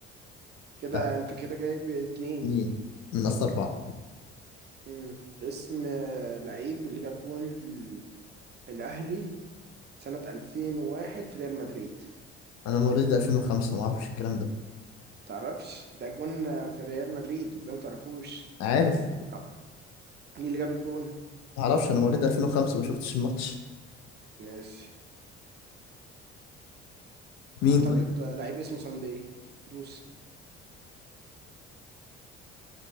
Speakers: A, on the right; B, on the left.
A: كده
B: طيب
A: انت كده جايب اتنين
B: مين من اصل اربعه
A: مم. اسم آه، لعيب اللي جاب جون ال- الاهلي سنة 2001 في ريال مدريد
B: انا مواليد 2005 ما اعرفش الكلام ده
A: تعرفش ده جون آه، في ريال مدريد ازاي ما تعرفوش
B: عارف
A: لا مين اللي جاب الجون
B: معرفش انا مواليد 2005 ما شفتش الماتش
A: ماشي
B: مين
A: اعتقد
B: طيب
A: آه، لعيب اسمه ساندي دوس